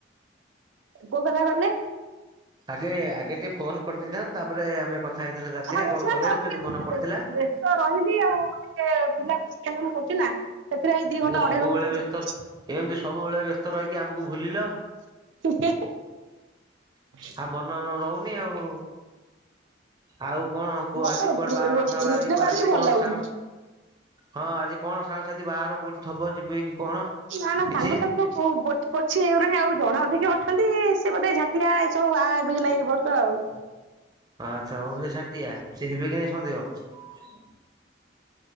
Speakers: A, on the right (about 85°); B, on the right (about 20°).
A: କୋଉ କଥା କହିଲେ?
B: ଆଗେ ଆଗେ ଟିକେ ଫୋନକରିଦେଇଥାଆନ୍ତେ ତାପରେ ଆମେ କଥା ହେଇଥାନ୍ତେ ରାତିରେ
A: ଏ ଆଉସ୍ତ
B: କଲ୍ କଲେନି ଯଦି ମନେ ପଡିଥିଲା
A: ରହିଲି ଆଉ ଟିକେ ପିଲା ଶିକ୍ଷା କଣ <inaudible> ଚି ନା ସେଥିରେ ଦି
B: ତମେ
A: ଘଣ୍ଟା
B: ତ
A: ଅଢେଇ
B: ସବୁବେଳେ
A: ଘଣ୍ଟା
B: ବ୍ୟସ୍ତ ଏମିତି ସବୁବେଳେ ବ୍ୟସ୍ତ ରହିକି ଆମକୁ ଭୁଲିଲ
A: ସେଠ <inaudible> <unintelligible>
B: ଆଃ ମନ ରହୁନି ଆଉ। ଆଉ କଣ କୁହ
A: ମତେ
B: ଆଜି କୁଆଡେ ବାହାଘର
A: ରୋଜଗାର
B: ଫାହାଘର ଆଜି
A: ହିଁ ଭଲ
B: କଣ
A: ଲାଗୁନି।
B: ସାଙ୍ଗ ହଁ ଆଜି କଣ ସାଙ୍ଗସାଥି ବାହାର କୋଉଠିଥବ ଯିବି କି କଣ
A: ନା ନା
B: କିଛି?
A: ସାଙ୍ଗସାଥି ଆଉ ପୋଛି ହେଇଗଲେଣି ଆଉ ଜଣ ଅଧିକ ଅଛନ୍ତି ସେ ବୋଧେ ଝାଟିଆ ଏ ସବୁ ବାହା ଏବେ ଏଇ ବର୍ଷ ଆଉ।
B: ଆଚ୍ଛା ହଉ ସେ ଝାଟିଆ ସେ ହେବେ କି ନାହିଁ ସନ୍ଦେହ